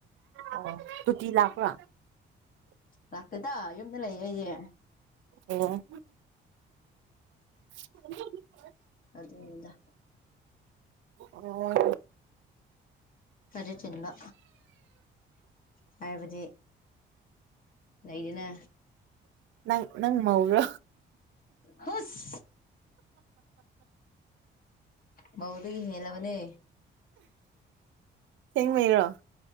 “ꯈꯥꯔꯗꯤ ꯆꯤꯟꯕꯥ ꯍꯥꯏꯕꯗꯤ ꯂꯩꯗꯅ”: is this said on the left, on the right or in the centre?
Left